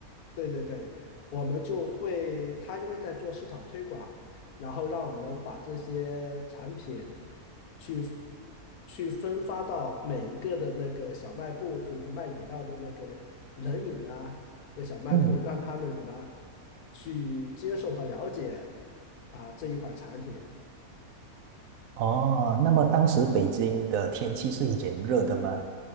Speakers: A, on the left; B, on the right.
A: 对对对，我们就会，他因为在做市场推广，然后让我们把这些产品去去分发到每一个的那个小卖部，就是卖饮料的那个冷饮啊的小卖部，
B: 嗯，
A: 让他们什么去接受和了解啊这一款产品，
B: 哦，那么当时北京的天气是炎热的吗？